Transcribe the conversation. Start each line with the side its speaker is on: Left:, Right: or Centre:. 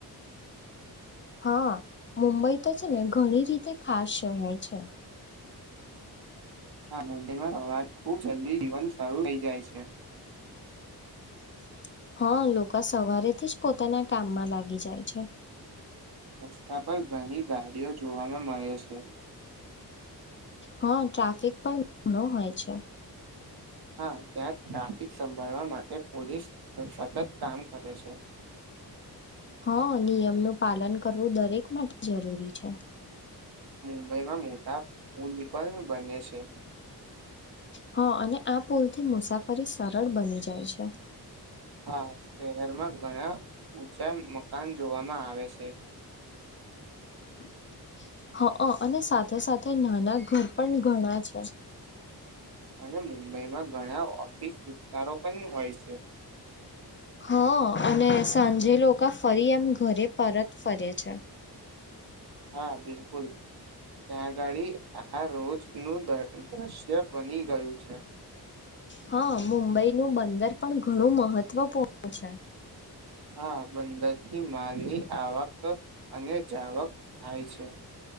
Left: હા મુંબઈ તો છે ને ઘણી રીતે ખાસ શહેર છે.
Right: હ મબીમાં સવાર ખુબ જલ્દી જીવન શરૂુ થઇ જાય છે.
Left: <inaudible> હા લોકો સવારેથી જ પોતાના કામમાં લાગી જાય છે.
Right: રસ્તા પર ઘણી ગાડીઓ જોવામાં મળે છે
Left: હા ટ્રાફિક પણ ઘણો હોય છે
Right: હા ત્યાં ટ્રાફિક સંભાળવા માટે પોલીસ સતત કામ કરે છે
Left: હા નિયમ નું પાલન કરવું દરેક માટે જરૂરી છે
Right: મુંબઈમાં મોટા પુલ પણ બને છે
Left: હા અને આ પુલથી મુસાફરી સરળ બની જાય છે
Right: હા શહેરમાં ઘણા ઉચ્ચા મકાન જોવામાં આવે છે
Left: <inaudible> હ અને સાથે સાથે નાના ઘર પણ ઘણા છે
Right: હાેમ બો મુંબઈમાં ઘણા ઓફિસ વિસ્તારો પણ હોય છે
Left: હા અને સાંજે લોકો ફરી એમ ઘરે પરત ફરે છે
Right: હા બિલકુલ ત્યાંગાળ આ રોજ નું દ્રશ્ય બની ગયું છે
Left: હા મુંબઈનું બંદર પણ ઘણું મહત્વપૂર્ણ છે
Right: હા બંદરની માલની આવક અને જાવક થાય છે